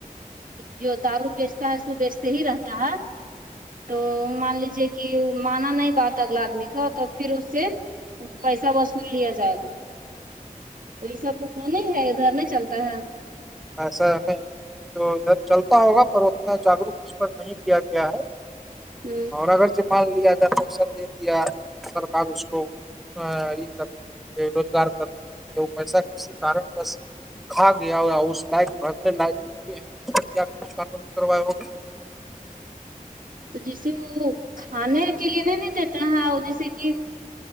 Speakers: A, on the right (about 75°); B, in the centre.
A: جو دارو بیچتا ہے سو بیچتے ہی رہتا ہے تو مان لیجے کہ مانا نہیں باتا اگلا آدمی کا تو پھر اسے پیسہ وصول لیا جائے تو ایسا ک تو نہیں ہے ادھر نہیں چلتا ہے
B: ایسا نہیں تو ادھر چلتا ہوگا پر اتنا جاگروک اس پر نہیں کیا گیا ہے
A: جی
B: اور اگر جو مان لیا جائے پیسہ دے دیا سرک اس کو یہ کر روزگار ت وہ پیسہ کسی کارن کا کھا گیا ہو اس نک بھرنے ل کیا کچھ قانونی کرو ہوگا
A: تو جیسے وہ کھانے کے لیے نہیں نہیں دیتا ہے وہ جیسے کہ